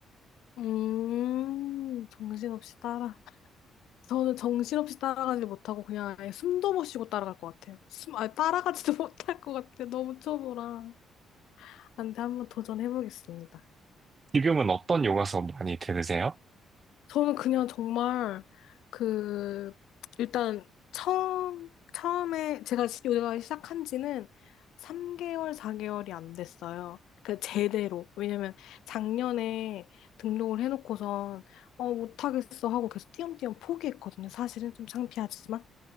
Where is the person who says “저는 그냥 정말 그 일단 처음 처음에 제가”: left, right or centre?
Left